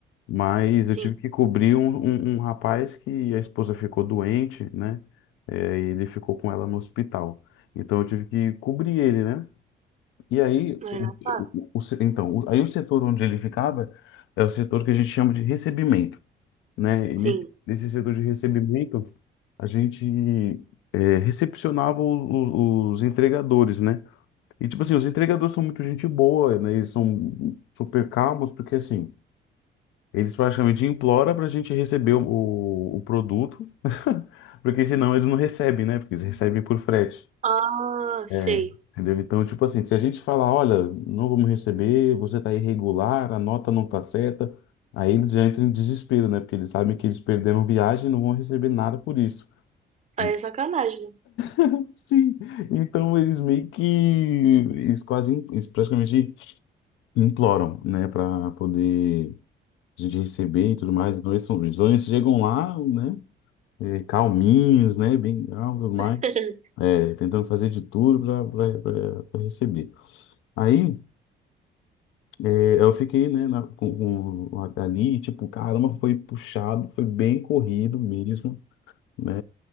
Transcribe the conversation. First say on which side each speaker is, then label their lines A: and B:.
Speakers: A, on the left (about 85°); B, on the right (about 35°).
A: mas eu
B: Sim,
A: tive que cobrir um, um, um rapaz que a esposa ficou doente, né, é, e ele ficou com ela no hospital, então eu tive que cobrir ele, né, e aí,
B: não
A: o,
B: era fácil?
A: o- o- se- então, o- aí o setor onde ele ficava é o setor que a gente chama de recebimento né?
B: Sim.
A: E ne- nesse setor de recebimento, a gente é, recepcionava o- o- os, entregadores, né? E, tipo assim, os entregadores são muito gente boa, né? Eles são super calmos, porque, assim, eles praticamente imploram para a gente receber o, o, o produto, <laughs> porque senão eles não recebem, né? Porque eles recebem por frete.
B: Ah, sei.
A: É, entendeu? Então, tipo assim, se a gente falar, olha, não vamos receber, você tá irregular, a nota não tá certa, aí eles já entram em desespero, né? Porque eles sabem que eles perderam viagem e não vão receber nada por isso.
B: Aí
A: Então,
B: é sacanagem, né?
A: <laughs> Sim, então eles meio que, eles quase, eles praticamente imploram, né, para poder a gente receber e tudo mais. Então eles, são, então eles chegam lá, né, eh, calminhos, né, bem calmos, tudo mais,
B: <laughs>
A: é, tentando fazer de tudo para receber. Aí É, Eu fiquei, né, na- com, com- ali, tipo, caramba, foi puxado, foi bem corrido mesmo, né?